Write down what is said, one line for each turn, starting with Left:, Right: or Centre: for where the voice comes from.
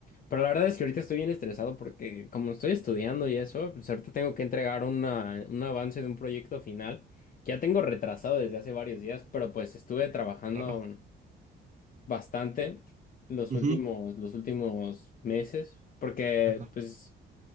Left: Pero la verdad es que ahorita estoy bien estresado porque como estoy estudiando y eso, pues ahorita tengo que entregar una, un avance de un proyecto final que ya tengo retrasado desde hace varios días, pero pues estuve trabajando.
Right: Claro.
Left: bastante los
Right: Ujú.
Left: últimos, los últimos meses, porque
Right: Ajá.
Left: pues